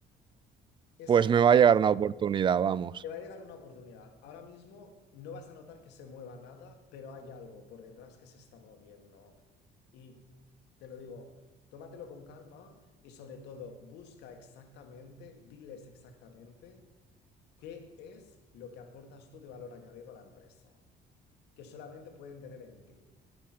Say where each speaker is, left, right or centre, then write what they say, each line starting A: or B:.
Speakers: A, on the left (about 85°); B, on the right (about 30°).
A: es
B: Pues
A: algo
B: me va a llegar
A: que
B: una oportunidad, vamos.
A: te va a llegar una oportunidad. Ahora mismo no vas a notar que se mueva nada, pero hay algo por detrás que se está moviendo. Y te lo digo, tómatelo con calma y sobre todo busca exactamente, diles exactamente qué es lo que aportas tú de valor añadido a la empresa, que solamente pueden tener en ti.